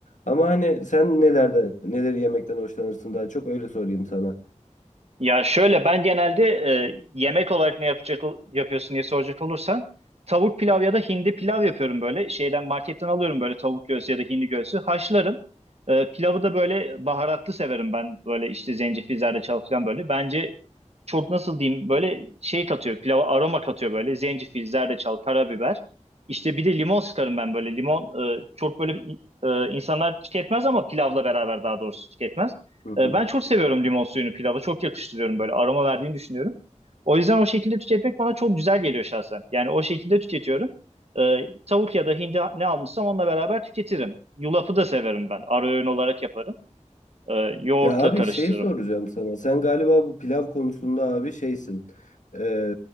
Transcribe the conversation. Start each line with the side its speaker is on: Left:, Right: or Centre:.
Left: Ama hani sen nelerde neleri yemekten hoşlanırsın daha çok öyle sorayım sana.
Right: Ya şöyle ben genelde e, yemek olarak ne yapacak yapıyorsun diye soracak olursan tavuk pilav ya da hindi pilav yapıyorum böyle. Şeyden marketten alıyorum böyle tavuk göğsü ya da hindi göğsü haşlarım. E, pilavı da böyle baharatlı severim ben. Böyle işte zencefil, zerdeçal falan böyle. Bence çok nasıl diyeyim böyle şey katıyor. Pilava aroma katıyor böyle. Zencefil, zerdeçal, karabiber. İşte bir de limon sıkarım ben böyle. Limon e, çok böyle e, insanlar tüketmez ama pilavla beraber daha doğrusu tüketmez.
Left: Hı hı.
Right: E, ben çok seviyorum limon suyunu pilava. Çok yakıştırıyorum böyle aroma verdiğini düşünüyorum. O yüzden o şekilde tüketmek bana çok güzel geliyor şahsen. Yani o şekilde tüketiyorum. E, tavuk ya da hindi ne almışsam onunla beraber tüketirim. Yulafı da severim ben. Ara öğün olarak yaparım. E, yoğurtla
Left: Ya abi
Right: karıştırırım.
Left: şey soracağım sana. Sen galiba bu pilav konusunda abi şeysin. Ee,